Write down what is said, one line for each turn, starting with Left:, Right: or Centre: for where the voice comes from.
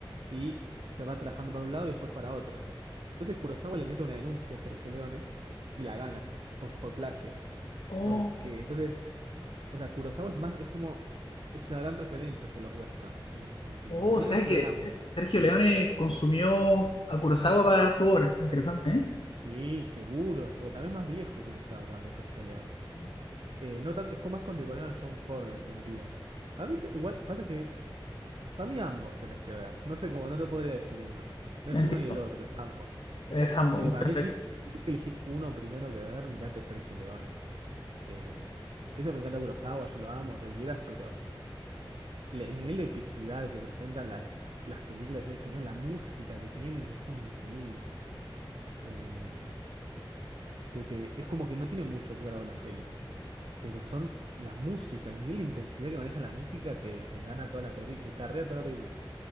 Right: y se va trabajando para un lado y después para otro. Entonces Kurosawa le mete una denuncia a Sergio Leone y la gana porque, por plagio.
Left: Oh.
Right: Porque entonces, o sea, Kurosawa es más, es como, es una gran referencia hacia los westerns en ese sentido.
Left: Oh,
Right: Para mí
Left: o sea
Right: tenés que
Left: que
Right: ver ambos.
Left: Ser- Sergio Leone consumió a Kurosawa para su obra. Interesante, ¿eh?
Right: Sí, seguro, porque también es más viejo Kurosawa que Sergio Leone.
Left: Sí.
Right: Eh, no tan- es como más contemporáneo a John Ford en ese sentido. Para mí, te- igual, pasa que, para mí ambos tenés que ver. No sé cómo, no te podría decir uno. No
Left: Entiendo.
Right: es uno ni el otro, es ambos.
Left: Es ambos,
Right: Pero para
Left: perfecto.
Right: mí, sí, si tienes que elegir uno primero que ver, mirate Sergio Leone. Eh, eso me encanta Kurosawa, yo lo amo, todo lo que quieras, pero le- el nivel de epicidad que presentan la- las películas de Sergio Leone, la música que tienen es increíble. Eh, te- te- es como que no tiene muchos diálogos las pelis, pero son la música, el nivel de intensidad que maneja la música te, te gana toda la película, te carrea toda la película.